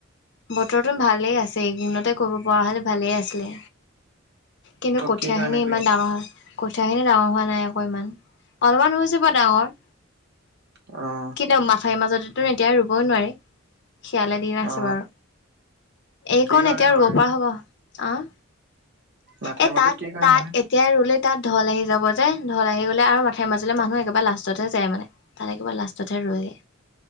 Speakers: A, on the left; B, on the right.
A: বতৰটো ভালেই আছে, এইকেদিনতে কৰিব পৰা হ'লে ভালেই আছিলে। কিন্তু
B: ত
A: কঠীয়াখিনি
B: কি কাৰণে কৰিম
A: ইমান ডাঙৰ হল! কঠীয়াখিনি ডাঙৰ হোৱা নাই অকনমান, অলমান হৈছে বাউ ডাঙৰ।
B: অ
A: কিন্তু মাথাইৰ মাজতেতু এতিয়া ৰুবই নোৱাৰি। শিয়ালে দিয়েই আছে
B: অ
A: বাৰু। এইকন
B: কি কাৰণে
A: এতিয়া
B: নোৱাৰেনো
A: ৰবা হ'ব, আওঁ
B: মাথাইৰ
A: এ
B: মাজত
A: তাত
B: কি কাৰণে
A: তাত
B: নোৱাৰে
A: এট এতিয়া ৰুলে তাত ঢল আহি যাব যে, ঢল আহি গলে আৰু মাথাইৰ মাজলে মানুহ একেবাৰে লাষ্টতহে যায় মানে। তাত একেবাৰে লাষ্টতহে ৰোৱেগে।